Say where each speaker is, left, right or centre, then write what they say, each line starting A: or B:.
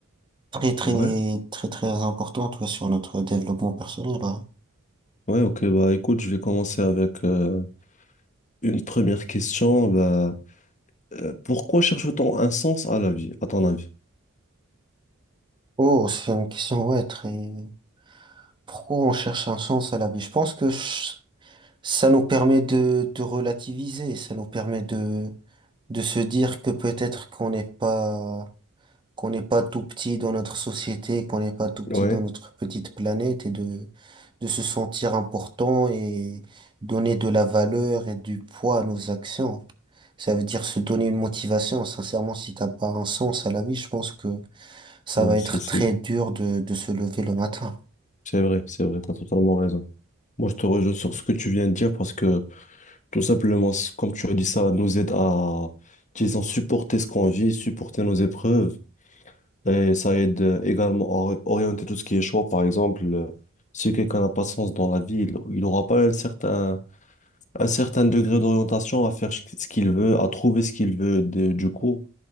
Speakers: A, on the right; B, on the left.
A: très très
B: Ouais,
A: très très importante ouais, sur notre développement personnel. ouais.
B: ouais, ok, bah écoute, je vais commencer avec euh, une première question. Bah, euh, pourquoi cherche-t-on un sens à la vie, à ton avis?
A: Oh, c'est une question ouais très. Pourquoi on cherche un sens à la vie? Je pense que ch- ça nous permet de de relativiser, ça nous permet de de se dire que peut-être qu'on n'est pas qu'on n'est pas tout petit dans notre société, qu'on n'est pas tout petit
B: Ouais,
A: dans notre petite planète et de, de se sentir important et donner de la valeur et du poids à nos actions. Ça veut dire se donner une motivation. Sincèrement, si t'as pas un sens à la vie, je pense que ça
B: ouais,
A: va être
B: c'est, c'est,
A: très dur de, de se lever le matin.
B: c'est vrai, c'est vrai, t'as totalement raison. Moi, je te rejoins sur ce que tu viens de dire parce que Tout simplement, c- comme tu as dit, ça nous aide à, disons, supporter ce qu'on vit, supporter nos épreuves. Et ça aide euh, également à ori- orienter tout ce qui est choix. Par exemple, euh, si quelqu'un n'a pas de sens dans la vie, il il n'aura pas un certain, un certain degré d'orientation à faire ch- ce qu'il veut, à trouver ce qu'il veut. de- du coup,